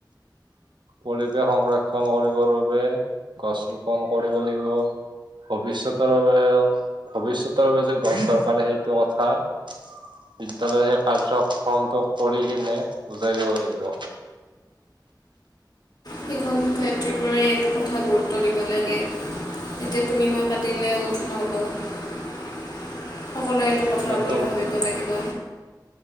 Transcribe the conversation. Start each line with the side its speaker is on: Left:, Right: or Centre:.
Right: পৰিৱেশ সংৰক্ষণ কৰিবৰ বাবে গছ ৰোপন কৰিব লাগিব। ভৱিষ্যতৰলৈ ভৱিষয়তৰ বাবে যে গছ দৰকাৰি সেইটো কথা বিদ্যালয় সেই কাৰ্যক্ৰমটো কৰি কিনে বুজাই দিব লাগিব।
Left: শিক্ষক শিক্ষয়ত্ৰীবোৰে এইটো কথা গুৰুত্ব দিব লাগে। এতিয়া তুমি মই পাতিলেও নহ'ব। সকলোৱে এইটো কথাৰ
Right: সেইটো
Left: ওপৰত ভাবিব লাগিব।